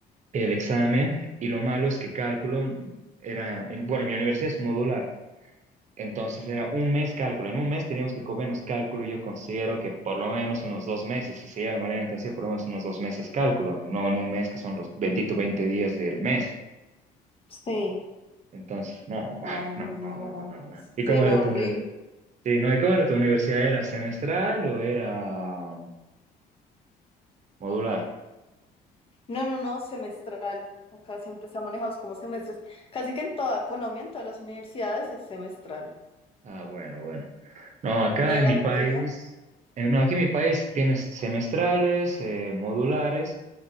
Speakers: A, on the right (about 45°); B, on the left (about 35°).
A: que el examen y lo malo es que cálculo era, en- bueno, mi universidad es modular, entonces era un mes cálculo, en un mes teníamos que comernos cálculo y yo considero que por lo menos unos dos meses, si se lleva de manera intensiva, por lo menos unos dos meses cálculo, no en un mes que son los benditos 20 días del mes.
B: Sí.
A: Entonces, no, <laughs>
B: Ay,
A: no, no,
B: no.
A: no, no, no. ¿Y cómo
B: Sí, no,
A: era tu
B: horrible.
A: universidad? Sí, no, ¿y cómo era tu universidad? ¿Era semestral o era...? Modular.
B: No, no, no, semestral. Acá siempre se ha manejado es como semestres. Casi que en toda Colombia, en todas las universidades, es semestral.
A: Ah, bueno, bueno. No, acá
B: ¿Y en
A: en
B: la
A: mi país,
B: tuya?
A: eh, no, aquí en mi país tienes semestrales, eh, modulares,